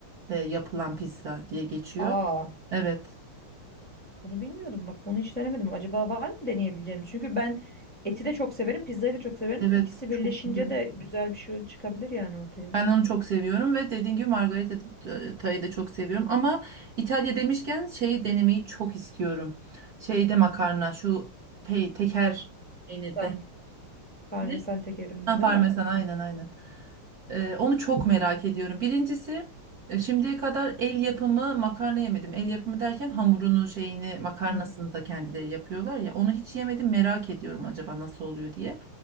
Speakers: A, on the right (about 50°); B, in the centre.
A: e, yapılan pizza diye geçiyor.
B: Aa,
A: Evet.
B: bunu bilmiyordum. Bak bunu hiç denemedim. Acaba var mı deneyebileceğim? Çünkü ben eti de çok severim, pizzayı da çok severim.
A: Evet
B: İkisi
A: çok
B: birleşince
A: güzel.
B: de güzel bir şey çıkabilir yani ortaya.
A: Ben onu çok seviyorum ve dediğim gibi Margarita Tay'ı da çok seviyorum. Ama İtalya demişken şeyi denemeyi çok istiyorum. Şeyde makarna şu pe teker peynirde.
B: Parmesan parmesan
A: Ne?
B: tekerinde
A: Ha,
B: değil
A: parmesan
B: mi?
A: aynen aynen. Ee, onu çok merak ediyorum. Birincisi e, şimdiye kadar el yapımı makarna yemedim. El yapımı derken hamurunu şeyini makarnasını
B: Hı hı.
A: da kendileri yapıyorlar ya. Onu hiç yemedim merak ediyorum acaba nasıl oluyor diye.